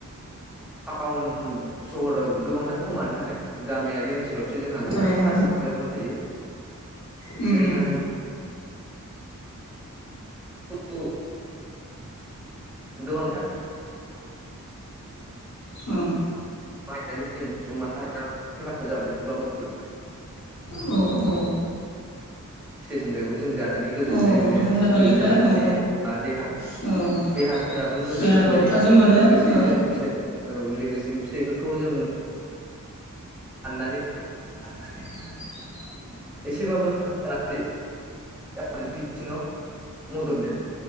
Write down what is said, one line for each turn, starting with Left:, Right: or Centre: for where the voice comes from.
Centre: टाउन सहराव गोबांथार खमानो थाखाय गामियारि ओनसोलावसो जोंहा गोबांथार
Left: गामि ओनसोलाव बुंनो
Centre: बिफां लाइफां थायो <inaudible>
Left: उम
Centre: जोंहा <unintelligible> गोबांथार
Left: उम
Centre: बाहायनानै जों सुबुं माहारिया हेफाजाब मोनो बा मदद
Left: औ औ
Centre: <inaudible> फिथाइ सामथाइखौ जों जानानै गोजोननाय
Left: औ
Centre: मोनो
Left: दंफां लाइफांनिफ्राय
Centre: गोजोननाय लानो
Left: औ
Centre: हायो बा देहा
Left: औ
Centre: देहाफोराबो मोजांजायो
Left: देहाखौ थाजिम मोनो
Centre: लोगोसे
Left: औ
Centre: जों फिथाइ औ लोगोसेनो फिथाइफोरखौ जों साननानै
Left: <unintelligible>
Centre: एसेबाबो राङारि राङारि बिथिङाव मददनो